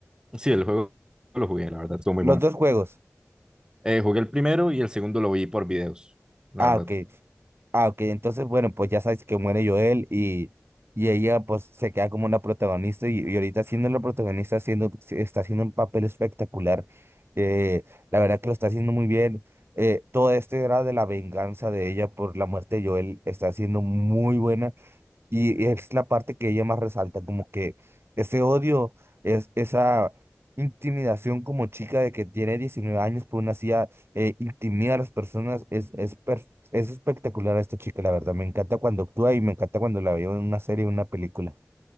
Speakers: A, on the right; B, on the right.
A: Sí, el juego lo jugué, la verdad, estuvo muy
B: Los
A: bueno.
B: dos juegos.
A: Eh, jugué el primero y el segundo lo vi por videos, la
B: Ah,
A: verdad.
B: ok. Ah, ok, entonces, bueno, pues ya sabes que muere Joel y, y ella pues se queda como una protagonista y, y ahorita siendo la protagonista haciendo, se- está haciendo un papel espectacular. Eh, la verdad que lo está haciendo muy bien. Eh, todo este era de la venganza de ella por la muerte de Joel está siendo muy buena. Y es la parte que ella más resalta, como que ese odio, es, esa intimidación como chica de que tiene 19 años, pues una CIA eh, intimida a las personas, es, es, per- es espectacular a esta chica, la verdad. Me encanta cuando actúa y me encanta cuando la veo en una serie o una película.